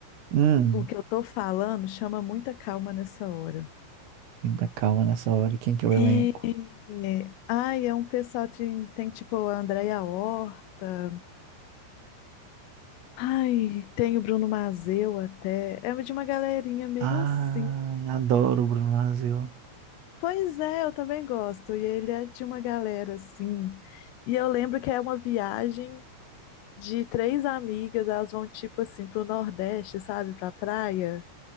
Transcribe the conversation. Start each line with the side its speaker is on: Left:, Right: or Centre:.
Right: Hum,
Left: O que eu tô falando chama muita calma nessa hora.
Right: muita calma nessa hora, quem que é o
Left: É...
Right: elenco?
Left: Ai, é um pessoal de... Tem tipo a Andréia Horta. Ai, tem o Bruno Mazeu até. É de uma galerinha meio
Right: Ai,
Left: assim.
Right: adoro o Bruno Mazzeo.
Left: Pois é, eu também gosto. E ele é de uma galera assim. E eu lembro que é uma viagem de três amigas. Elas vão tipo assim pro Nordeste, sabe? Pra praia.